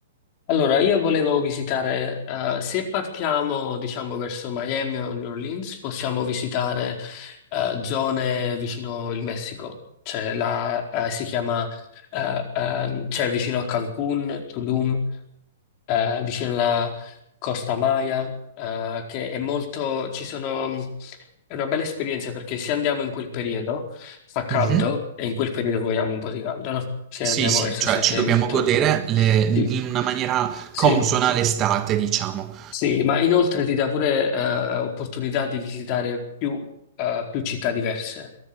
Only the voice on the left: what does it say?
Allora, io volevo visitare, eh, se partiamo, diciamo, verso Miami o New Orleans, possiamo visitare, eh, zone vicino il Messico. Cioè, la, eh, si chiama, eh, ehm, cioè vicino a Cancun, Tulum eh, vicino alla Costa Maya, eh, che è molto, ci sono, è una bella esperienza perché se andiamo in quel periodo fa caldo
e in quel periodo vogliamo un po' di caldo, no? Se
andiamo
verso
settembre,
ottobre,
sì,
sì,
sì, ma inoltre ti dà pure eh, opportunità di visitare più, eh, più città diverse.